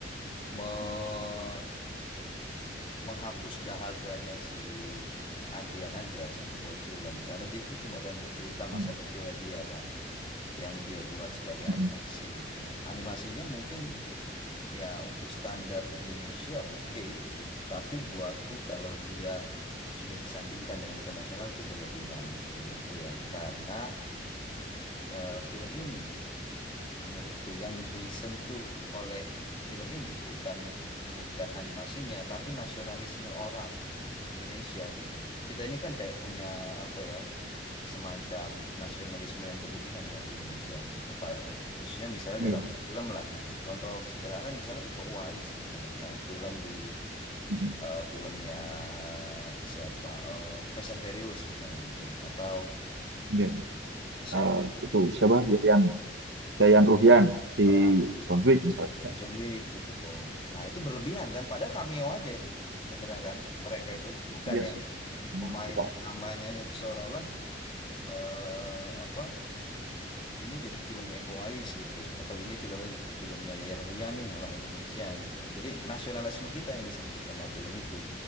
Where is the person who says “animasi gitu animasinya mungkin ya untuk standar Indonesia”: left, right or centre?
Left